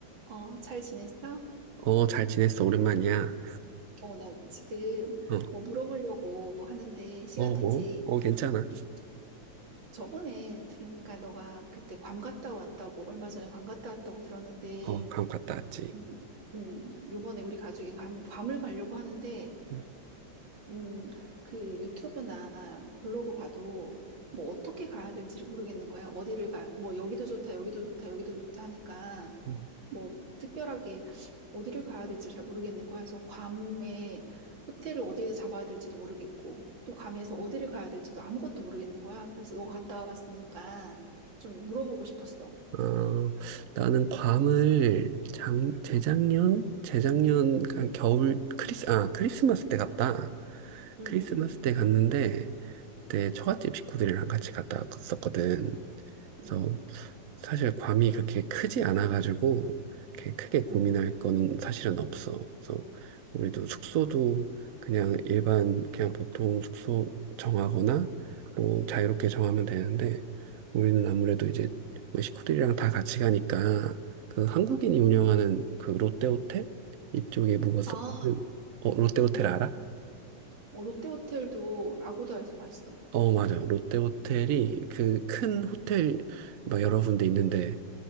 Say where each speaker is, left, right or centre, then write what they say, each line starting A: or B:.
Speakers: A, on the right; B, on the right.
A: 어, 잘 지냈어?
B: 어, 잘 지냈어. 오랜만이야.
A: 어, 나 지금
B: 어,
A: 뭐 물어보려고 하는데 시간
B: 어,
A: 되지?
B: 뭐? 어, 괜찮아.
A: 음, 저번에 들으니까 너가 그때 괌 갔다 왔다고, 얼마 전에 괌 갔다 왔다고 들었는데,
B: 어, 괌 갔다 왔지.
A: 음, 음, 요번에 우리 가족이 괌, 괌을 가려고 하는데,
B: 음,
A: 음, 그 유튜브나 블로그 봐도 뭐 어떻게 가야 될지를 모르겠는 거야. 어디를 가, 뭐 여기도 좋다, 여기도 좋다, 여기도 좋다 하니까.
B: 음.
A: 뭐 특별하게 어디를 가야 될지 잘 모르겠는 거야. 그래서 괌에 호텔을 어디에 잡아야 될지도 모르겠고 또 괌에서 어디를 가야 될지도 아무것도 모르겠는 거야. 그래서 너가 갔다 와봤으니까 좀 물어보고 싶었어.
B: 어, 나는 괌을 장, 재작년? 재작년, 한 겨울, 크리스, 아, 크리스마스 때 갔다.
A: 응응.
B: 크리스마스 때 갔는데, 그때 처갓집 식구들이랑 같이 갔다 왔었거든. 그래서
A: 응. 응.
B: 사실 괌이 그렇게 크지 않아가지고 이렇게 크게 고민할
A: 응.
B: 거는 사실은 없어. 그래서 우리도
A: 응.
B: 숙소도 그냥 일반 그냥 보통 숙소 정하거나 뭐 자유롭게 정하면 되는데 우리는 아무래도 이제 뭐 식구들이랑 다 같이 가니까 그 한국인이 운영하는 그 롯데호텔 이쪽에 묵었었거든.
A: 아,
B: 어, 롯데호텔
A: 응응.
B: 알아?
A: 어, 롯데호텔도 아고다에서 봤어.
B: 어, 맞아요. 롯데 호텔이 그 큰 호텔 막 여러 군데 있는데